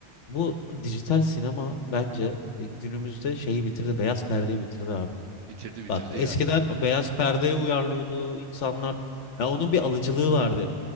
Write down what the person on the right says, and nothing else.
Bitirdi bitirdi
ya.